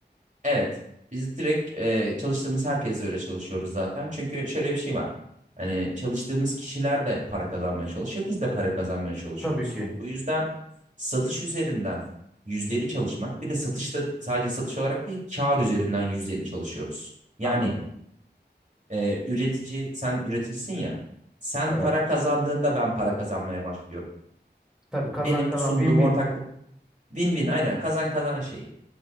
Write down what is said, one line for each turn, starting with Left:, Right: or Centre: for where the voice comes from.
Right: Evet. Biz direkt e, çalıştığımız herkesle öyle çalışıyoruz zaten. Çünkü şöyle bir şey var. Hani çalıştığımız kişiler de para kazanmaya çalışıyor. Biz de para kazanmaya çalışıyoruz.
Centre: Tabii ki.
Right: Bu yüzden satış üzerinden yüzdeli çalışmak bir de satışta sadece satış olarak değil kar üzerinden yüzdeli çalışıyoruz. Yani
Centre: Anladım.
Right: e, üretici, sen üreticisin ya. Sen
Centre: Evet.
Right: para kazandığında ben para kazanmaya başlıyorum.
Centre: Tabii kazan
Right: Benim
Centre: kazan
Right: sunduğum
Centre: win win.
Right: ortaklık win-win aynen kazan kazan şeyi.